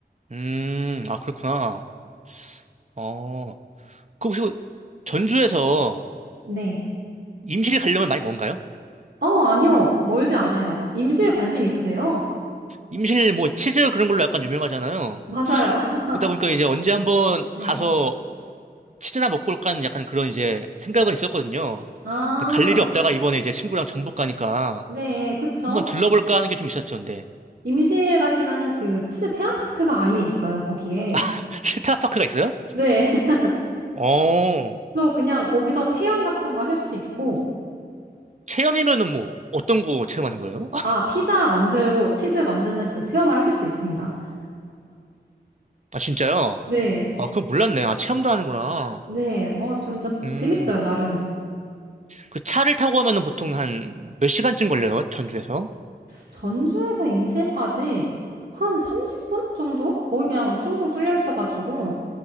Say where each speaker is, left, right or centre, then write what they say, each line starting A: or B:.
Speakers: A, on the right; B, on the right.
A: 음, 아, 그렇구나. 어, 그 혹시 뭐 전주에서
B: 네.
A: 임실 가려면 많이 먼가요?
B: 어, 아니요. 멀지 않아요. 임시에 관심 있으세요?
A: 임실 뭐 치즈 그런 걸로 약간 유명하잖아요.
B: 맞아요. <laughs>
A: 그러다 보니까 이제 언제 한번
B: 네.
A: 가서 치즈나 먹고 올까 하는 약간 그런 이제 생각은 있었거든요.
B: 아,
A: 근데 갈 일이 없다가 이번에 이제 친구랑 전북 가니까
B: 네, 그쵸.
A: 한번 둘러볼까 하는 게 좀 있었죠, 근데.
B: 임시에 가시면은 그 치즈 테마파크가 아예 있어요, 거기에.
A: <laughs> 실타파크가 있어요?
B: 네. <laughs>
A: 어,
B: 그래서 그냥 거기서 체험 같은 거 하실 수 있고,
A: 체험이면은 뭐 어떤 거 체험하는 거예요? <laughs>
B: 아, 피자 만들고 치즈 만드는 그 체험을 하실 수 있습니다.
A: 아 진짜요?
B: 네.
A: 아 그건 몰랐네. 아 체험도 하는구나.
B: 네. 어, 진짜
A: 음.
B: 재밌어요, 나름.
A: 그 차를 타고 가면은 보통 한 몇 시간쯤 걸려요? 전주에서?
B: 전주에서 임실까지 한 30분 정도? 거의 그냥 슝슝 뚫려 있어가지고.